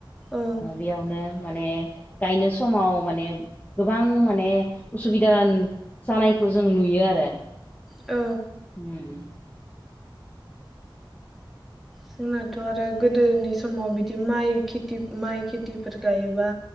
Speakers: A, in the centre; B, on the left.
A: औ
B: बेयावनो। माने गायनो समाव माने गोबां माने उसुबिदान जानायखौ जों नुयो आरो।
A: औ।
B: उम।
A: जोंनाथ'आरो गोदोनि समाव बिदि माइ खेति, माइ खेतिफोर गायोबा।